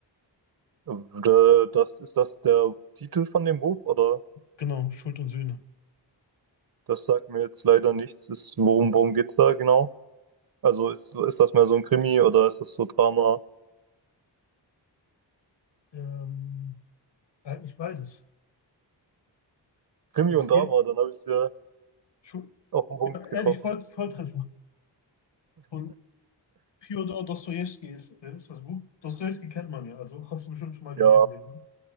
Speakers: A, on the right; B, on the left.
A: Da- Das ist das der Titel von dem Buch, oder?
B: Genau, Schuld und Sühne.
A: Das sagt mir jetzt leider nichts. Ist, worum, worum geht's da genau? Also ist, ist das mehr so ein Krimi oder ist das so Drama?
B: Ähm, eigentlich beides.
A: Krimi
B: Es
A: und Drama,
B: geht,
A: dann habe ich es ja
B: Schu-
A: auf den Punkt
B: ja, ehrlich,
A: getroffen.
B: Voll, Volltreffer. Von Fjodor Dostojewski ist, äh, ist das Buch. Dostojewski kennt man ja, also hast du bestimmt schon mal
A: Ja,
B: gelesen, den. ne?